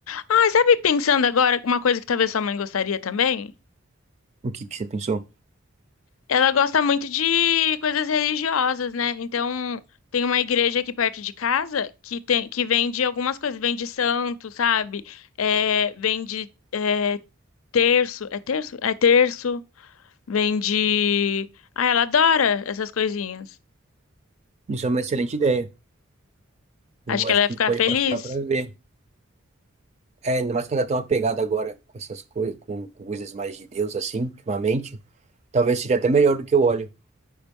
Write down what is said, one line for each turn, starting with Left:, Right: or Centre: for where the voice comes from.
Left: Ah, sabe, pensando agora, uma coisa que talvez sua mãe gostaria também?
Right: O que que você pensou?
Left: Ela gosta muito de coisas religiosas, né? Então, tem uma igreja aqui perto de casa que tem que vende algumas coisas, vende santo, sabe? É, vende é, terço, é terço? É terço, vende. Ah, ela adora essas coisinhas.
Right: Isso é uma excelente ideia. Eu
Left: Acho que
Right: acho
Left: ela ia
Right: que
Left: ficar
Right: a gente pode
Left: feliz.
Right: passar lá para ver. É, ainda mais que ela tá tão apegada agora com essas coisas, com, com coisas mais de Deus, assim, ultimamente. Talvez seja até melhor do que o óleo.